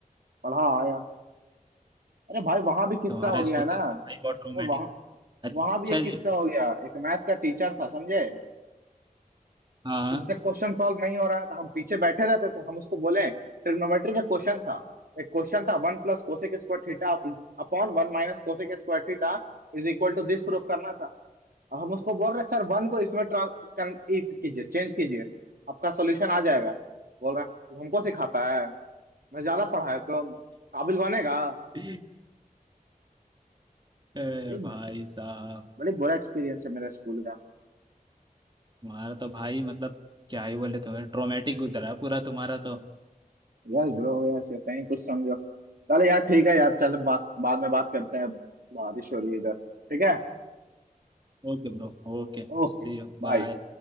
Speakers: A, on the right (about 85°); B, on the right (about 30°).
A: पढ़ा आया अरे भाई वहां भी किस्सा
B: तुम्हारा
A: हो गया
B: स्कूल
A: ना
B: था तो भाई बहुत रोमांटिक
A: तो वहां
B: अच्छा
A: वहां भी एक
B: जी
A: किस्सा हो गया एक मैथ्स का टीचर था समझे
B: हाँ
A: उससे क्वेश्चन सॉल्व नहीं हो रहा है तो हम पीछे बैठे रहते थे हम उसको बोले ट्रिग्नोमेट्री का क्वेश्चन था एक क्वेश्चन था one plus cosec square theta upon one minus cosec square theta is equal to this proof करना था अब हम उसको बोल रहे सर वन को इसमें ट्रां- कन- it कीजिए चेंज कीजिए आपका सोल्यूशन आ जाएगा बोल रहा "तू हमको सिखाता है मैं ज्यादा पढ़ा है तो काबिल बनेगा
B: <laughs> अरे
A: बड़ी
B: भाई साहब
A: बड़ी बुरा एक्सपीरियंस है मेरा स्कूल का
B: तुम्हारा तो भाई मतलब क्या ही बोले तुम्हें ट्रोमेटिक गुजरा है पूरा तुम्हारा तो
A: यस ब्रो यस ऐसा ही कुछ समझो चलो यार ठीक है यार चलो बात बाद में बात करते हैं बारिश हो रही है इधर ठीक है
B: Okay bro Okay
A: Okay
B: see you
A: bye
B: bye